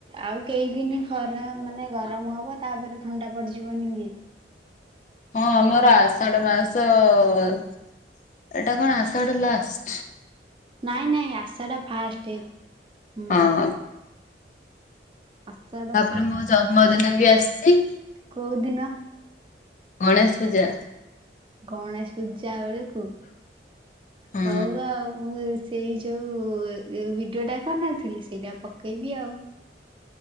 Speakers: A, on the right; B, on the left.
A: ଆଉ କେଇଦିନି ଖରା ମାନେ ଗରମ ହବ ତାପରେ ଥଣ୍ଡା ପଡ଼ିଯିବନି କି?
B: ହଁ ଆମର ଆଷାଢ଼ ମାସ ଏଇଟା କଣ ଆଷାଢ଼ ଲାଷ୍ଟ।
A: ନାଇଁ, ନାଇଁ ଆଷାଢ଼ ଫାଷ୍ଟ ହୁଁ।
B: ହଁ
A: ଆଷାଢ଼
B: ତାପରେ ମୋ ଜନ୍ମଦିନ ବି ଆସିଚି।
A: କୋଉଁ ଦିନ?
B: ଗଣେଶ ପୂଜା।
A: ଗଣେଶ ପୂଜା ବେଳକୁ
B: ହଁ
A: ହଉ ଆଉ ମୁଁ ଉଇ ସେଇ ଯୋଉ ଭିଡିଓ ଟା କରିନଥିଲି ସେଇଟା ପକେଇବି ଆଉ।